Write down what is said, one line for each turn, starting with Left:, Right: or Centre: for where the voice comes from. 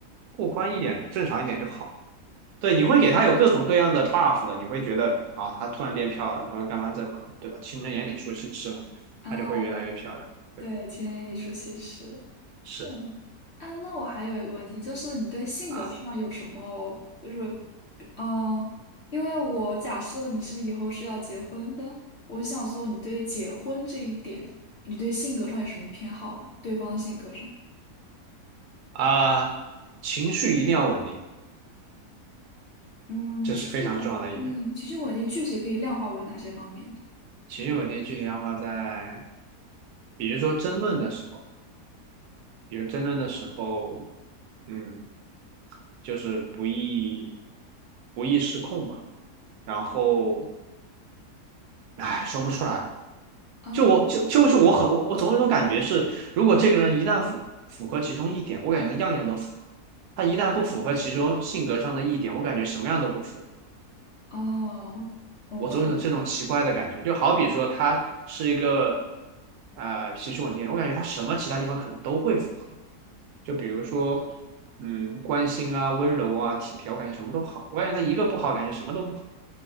Right: 过关一点，正常一点就好。对，你会给他有各种各样的 buff 的，你会觉得啊，他突然变漂亮，他说干嘛怎么，对吧？情人眼里出西施嘛，
Left: 啊。
Right: 他就会越来越漂亮。
Left: 对对，
Right: 对，
Left: 对，情人眼里出西施。
Right: 是的
Left: 嗯，啊，那我还有一个问题，就是你对性格上有什么，
Right: 啊
Left: 就是嗯，呃因为我假设你是以后是要结婚的，我就想说你对结婚这一点，你对性格上有什么偏好吗？对方的性格上。
Right: 啊，情绪一定要稳定，
Left: 嗯，
Right: 这是非常重要的一点。
Left: 情绪稳定，情绪稳定具体可以量化为哪些方面的
Right: 情绪稳定具体的话在，比如说争论的时候，比如争论的时候，嗯，就是不易不易失控吧。然后，唉，说不出来，
Left: 啊？
Right: 就我就就是我很我我总有一种感觉是，如果这个人一旦符符合其中一点，我感觉样样都符合；他一旦不符合其中性格上的一点，我感觉什么样都不符。
Left: 哦，我的
Right: 我总有这种奇怪的感觉，就好比说他是一个啊、呃脾气稳定，我感觉他什么其他地方可能都会符合，就比如说嗯关心啊、温柔啊、体贴，我感觉什么都好；我感觉他一个不好，感觉什么都不好，